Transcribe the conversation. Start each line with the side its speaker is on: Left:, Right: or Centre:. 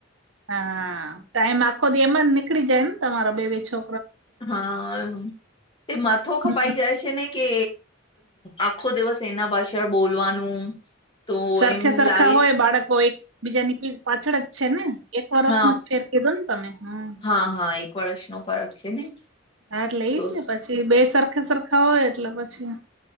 Right: હા ટાઈમ આખો દી એમાં જ નીકળી જાયને તમારો બે બે છો
Left: હા એ માથો ખપાઈ
Right: હમ.
Left: જાય છે છે ને કે આખો દિવસ એના પાછળ બોલવાનું તો
Right: સરખે
Left: એમ
Right: સરખા
Left: લાગે
Right: હોય
Left: છે
Right: બાળકો એક બીજાની પાછળ જ છે ને એક વરસનો
Left: હા
Right: ફેર કીધો ને તમે હમમ.
Left: હા હા એક વર્ષ નો ફરક છે. ને
Right: હા એટલે એઈ
Left: તો
Right: જ ને પછી બે સરખા સરખા હોય એટલે પછી